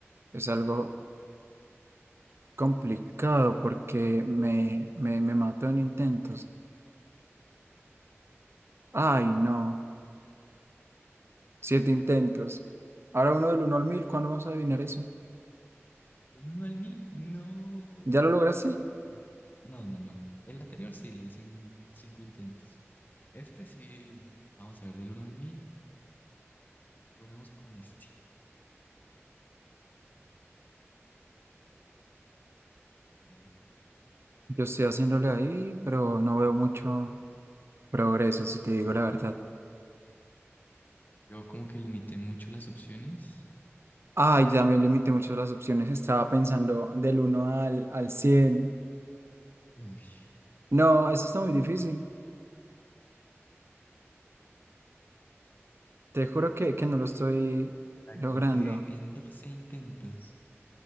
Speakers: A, on the right; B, on the left.
A: Es algo complicado porque me, me, me mató en intentos. Ay, no. Siete intentos. Ahora uno del uno al 1000. ¿Cuándo vamos a adivinar eso?
B: ¿Del uno al mil, No.
A: ¿Ya lo lograste?
B: Pero bueno, es- No, no, no. El anterior sí, lo hice en cinco intentos. Este sí. Vamos a ver, del uno al 1000. Probemos con este. Mm, Ok.
A: Yo estoy haciéndole ahí, pero no veo mucho progreso, si te digo la verdad.
B: Yo como que limité mucho las opciones.
A: Ay, ya me limité mucho las opciones. Estaba pensando del uno al, al 100.
B: Uy,
A: No, eso está muy difícil. Te juro que, que no lo estoy
B: la
A: logrando.
B: encontré en 12 intentos.